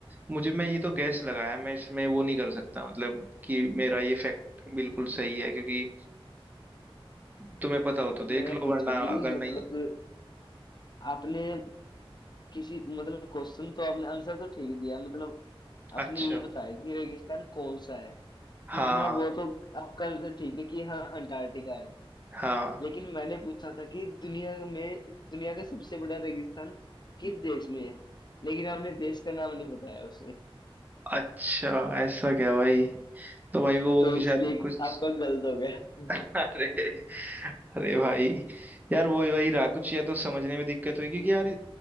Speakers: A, on the right; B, on the left.
A: मुझे मैं ये तो गैस लगाया मैं इसमें वो नहीं कर सकता मतलब कि मेरा ये फैक्ट बिल्कुल सही है क्योंकि तुम्हें पता हो तो देख
B: मैं
A: लो
B: पूछा
A: वरना
B: कि
A: अगर नहीं
B: मतलब आपने किसी मतलब क्वेश्चन तो आपने आंसर तो ठीक दिया है, मतलब आपने
A: अच्छा
B: ये बताया कि रेगिस्तान कौन सा है कि
A: हाँ
B: हाँ वो तो आपका आंसर ठीक है कि हाँ अंटार्कटिका है
A: हाँ हाँ।
B: लेकिन मैंने पूछा था कि दुनिया में दुनिया का सबसे बड़ा रेगिस्तान किस देश में है लेकिन आपने देश का नाम नहीं बताया उसमें
A: अच्छा ऐसा क्या भाई तो भाई वो
B: तो इसलिए
A: शायद कुछ
B: आपका गलत हो गया
A: <laughs> अरे अरे भाई यार वही वही रहा कुछ या तो समझने में दिक्कत हुई क्योंकि यार